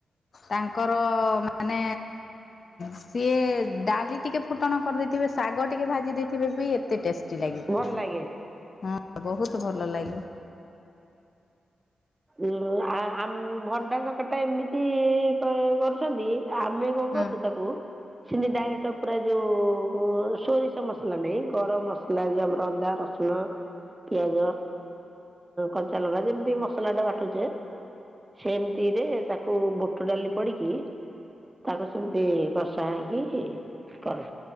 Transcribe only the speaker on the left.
ତାଙ୍କର। ମାନେ ସିଏ ଡାଲି ଟିକେ ଫୁଟଣ କରିଦେଇଥିବେ ଶାଗ। ଟିକେ ଭାଜି ଦେଇଥିବେ ବି ଏତେ ଟେଷ୍ଟି ଲାଗିବ
ହଁ ବହୁତ ଭଲ ଲାଗେ।
ହଁ